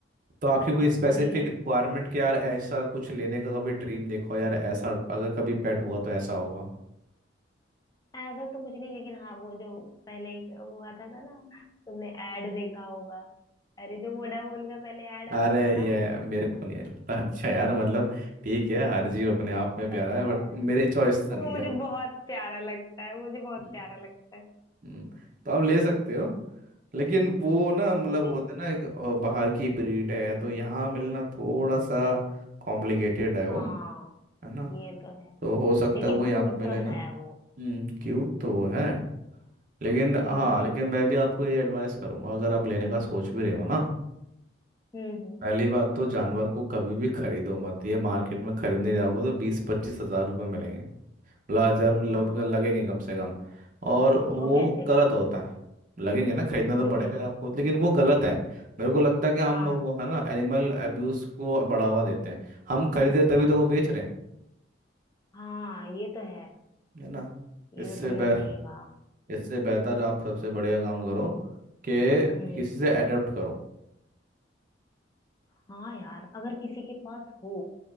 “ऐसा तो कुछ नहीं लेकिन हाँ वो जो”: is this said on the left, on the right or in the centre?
Left